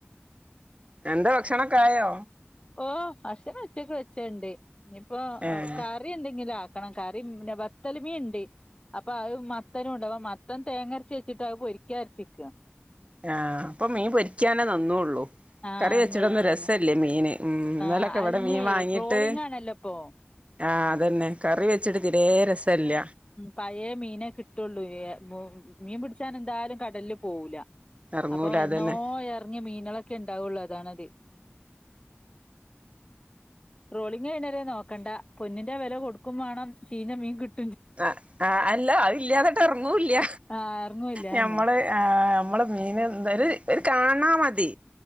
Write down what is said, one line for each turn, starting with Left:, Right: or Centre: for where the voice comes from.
Right: എന്താ ഭക്ഷണൊക്കായോ
Left: ഓഹ് ഭഷണം ഉച്ചക്ക് വെച്ചയിണ്ട് ഇനിപ്പോ
Right: ഏഹ്
Left: കാ കറി എന്തെങ്കിലും ആക്കണം കറിന്നെ വത്തല് മിനുണ്ട് അപ്പൊ അയ്മത്തനുണ്ട് അഹ് മത്തൻ തേങ്ങരച്ചവെച്ചിട്ട് അയ്പൊരിക്കാ അരച്ചിക
Right: ആഹ് ഇപ്പൊ മീപൊരിക്കാനേ നന്നൂള്ളൂ
Left: ആഹ്
Right: കറിവെച്ചിട്ട്‌
Left: അന്നുള്ളത്
Right: ഒന്നും രസം
Left: തന്നെ
Right: ഇല്യ മീന് ഉം ഇന്നലൊക്കെ
Left: ആഹ്
Right: ഇവിടെ
Left: അതിന്
Right: മീൻ വാങ്ങീട്ട്
Left: ട്രോളിംഗ് ആണല്ലോ ഇപ്പൊ
Right: ആഹ് അതന്നെ കറി വെച്ചിട്ട്ത്തിരേ രസല്ല
Left: പയേമീനെ കിട്ടൊള്ളൂ ഏഹ് മീൻപിടിചാനെന്തായാലും കടല് പോവുല
Right: എറങ്ങൂല
Left: അപ്പൊ എന്നോ
Right: അതന്നെ
Left: എറങ്ങിയ മീനുകളൊക്കെ ഇണ്ടാവുള്ളൂ അതാണത് ട്രോളിംഗ് കഴിയും വരെ നോക്കണ്ട പൊന്നിന്റെ വെലകൊടുക്കുംവേണം ചീഞ്ഞമീൻകിട്ട
Right: ആഹ് ആ്ഹ് അല്ല അയ്ല്ലാതട്ടെറങ്ങൂല്ല്യ
Left: ആഹ് ഇറങ്ങൂല്ല അതന്നെ
Right: ഞമ്മളെ ആ്ഹ് നമ്മള്മീൻഎന്തര് ഒര്കാണാൻ മതി